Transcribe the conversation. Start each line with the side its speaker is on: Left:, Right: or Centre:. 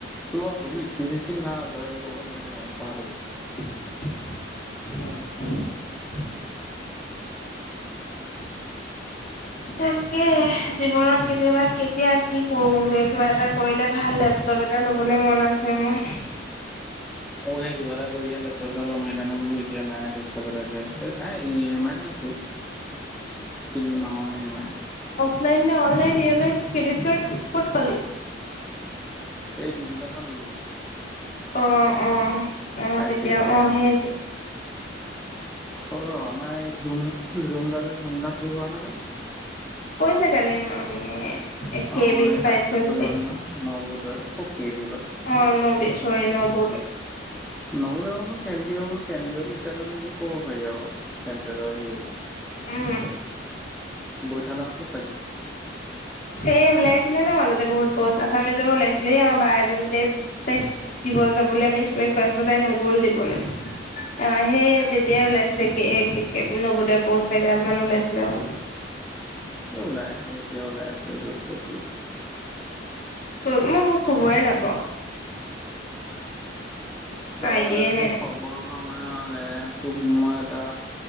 Centre: তোৰ তোৰো স্কিন চিস্কিন ভাল তই এইবোৰ কৰিব নালাগে আৰু মই কথাতো কৈছো।
Left: হম। তাকে জীৱনত কেতিয়াবা কেতিয়া কি কৰোগে কিবা এটা কৰিলে ভাল লেপটপ এটা ল'বলৈ মন আছে মোৰ।
Centre: অ হে কিবা এটা কৰিহে লেপটপ এটা ল'ম হে। সেইকাৰণে বোলো এতিয়া নাই ডেস্কটপ এটাকে এই নাই ই এম আইত লৈছো। তিনি মাহৰ ই এম আই।
Left: অ'ফলাই নে online E M I credit card ক'ত পালি?
Centre: এই দু দুটাৰ পৰা ল'লো।
Left: অ অহ অহ
Centre: আই
Left: তেতিয়া
Centre: চি আই চি
Left: অহ
Centre: আই
Left: সেইটো।
Centre: অ ৰ' আমাৰ এই জুম জুমদা যে জুমদা চিনি পাওঁ নে তই?
Left: কৈছে কালি মামিয়ে। এহ কে
Centre: অ
Left: বি'ত
Centre: এটা
Left: পাইছে
Centre: চাকৰি
Left: বুলি,
Centre: হ'ল নহয় নৱোদয় অ কে বি বা
Left: অ নবি চৰি নব ৱোদয়।
Centre: নৱোদয় মানে কেন্দ্ৰীয় কেন্দ্ৰীয় বিদ্যালয় বুলিয়ে ক'ব পাৰি আৰু চেণ্ট্ৰেলৰ যিহেতু।
Left: উম।
Centre: বৈথালাংছ'ত।
Left: এই ওলাইছি ছিলে ন মাজতে বহুত প'ষ্ট আছামীজৰো ওলাইছিলে এই আমাৰ বা এজনী যে তাইক দিব যাবলৈ আমি চবে কৈ আছিলো তাই নগ'ল দিবলে। অ সেই তেতিয়াই ওলাইছিলে কে একে নৱোদয়ৰ প'ষ্ট এগাল মান ওলাইছিলে বোলে। <inaudible>
Centre: এহ ওলাই থাকে এতিয়া ওলাই আছে য'ত ত'ত।
Left: মই মোক খবৰে নাপাওঁ।
Centre: তই
Left: আইডিয়াই নাই
Centre: খবৰ পাবলৈ হ'লে তোক মই এটা